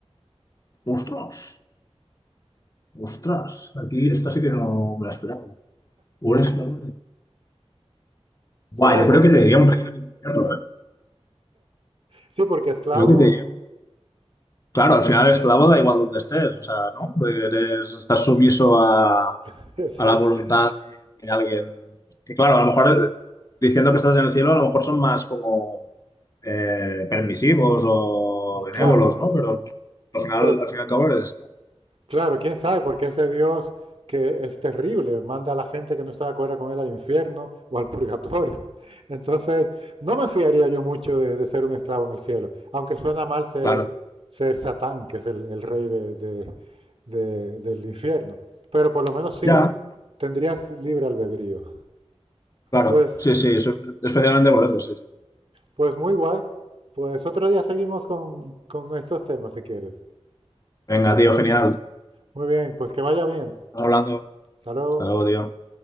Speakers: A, on the left; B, on the right.
A: ¡Ostras! ¡Ostras! Aquí esta sí que no me la esperaba. Un esclavo. Guau,
B: Solo
A: yo
B: hay
A: creo
B: que pensar.
A: que te diría un reino del infierno, ¿eh?
B: Sí, porque esclavo,
A: Creo que te diría. Claro, al final esclavo da igual donde estés, o sea, ¿no? Eres- estás sumiso a,
B: <laughs> exacto,
A: a la voluntad de, de alguien. Que claro, a lo mejor eh, diciendo que estás en el cielo, a lo mejor son más como eh, permisivos o
B: y
A: benévolos,
B: claro,
A: ¿no? Pero al final,
B: pero
A: al fin y al cabo eres esclavo.
B: Claro, quién sabe, porque ese Dios que es terrible, manda a la gente que no está de acuerdo con él al infierno o al purgatorio. <laughs> Entonces, no me fiaría yo mucho de, de ser un esclavo en el cielo, aunque suena mal ser,
A: Claro.
B: ser Satán, que es el, el rey de- de- de- del infierno. Pero por lo menos sí,
A: Ya.
B: tendrías libre albedrío.
A: Claro,
B: Pues,
A: sí, sí, eso- especialmente por eso, sí, sí.
B: pues muy guay. Pues otro día seguimos con, con estos temas si quieres.
A: Venga, tío, genial.
B: Muy bien, pues que vaya bien.
A: Estamos hablando.
B: Hasta luego.
A: Hasta luego, tío.